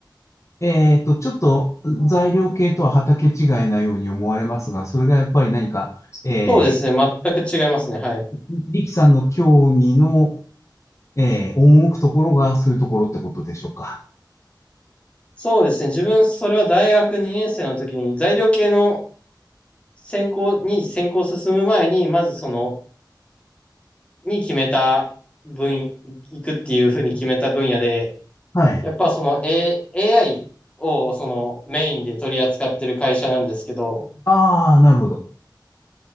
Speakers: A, on the left; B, on the left.
A: えっと、ちょっと材料系とは畑違いなように思われますが、それがやっぱり何か、えー、
B: そうですね。全く違いますね。はい。
A: リキさんの興味の、えー、赴くところがそういうところってことでしょうか。
B: そうですね。自分、それは大学2年生の時に、材料系の専攻に専攻進む前に、まずその、に決めた分野、行くっていうふうに決めた分野で、
A: はい。
B: やっぱその、A、AI をそのメインで取り扱ってる会社なんですけど、
A: ああ、なるほど。